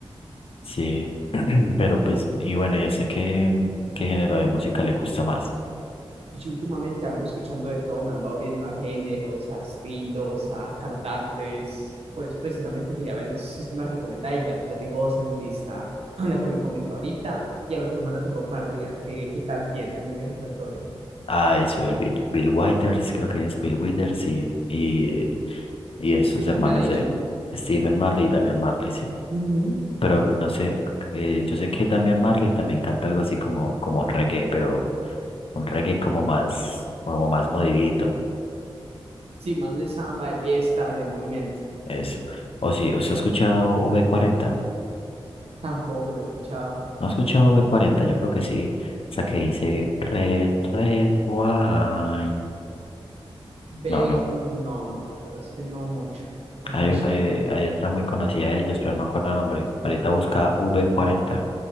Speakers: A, on the left; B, on the right.
A: sí. <clears throat> Pero pues, y bueno, yo sé que, qué género de música le gusta más.
B: Pues Yo últimamente ando escuchando de todo, me ando abriendo a géneros, a estilos, a cantantes. Por eso precisamente quería ver si usted me recomienda y ya, ya tengo dos en lista, <clears throat> la que me comentó ahorita, y a los hermanos de Bob Marley, a ver qué, qué tal tienen en el repertorio.
A: Ah, eso, el Bill, Bill Withers, creo que es Bill Withers y, y, y esos
B: Stephen
A: hermanos
B: me ha dicho.
A: de Stephen Marley y Damian Marley, sí.
B: Ujú.
A: Pero no sé, eh, yo sé que Damian Marley también canta algo así como, como un reggae, pero un reggae como más, como más modidito,
B: Sí, más de samba, de fiesta, de movimiento.
A: eso. O sí, ¿os ha escuchado v cuarenta
B: Tampoco lo he escuchado.
A: ¿No ha escuchado v cuarenta Yo creo que sí, esa que dice Red, Red Wine.
B: Beck,
A: No, no,
B: no, no, la verdad es que no mucho. O no
A: Hay,
B: me suena.
A: hay, hay otra muy conocida de ellos, pero no me acuerdo el nombre. Ahorita busca V40.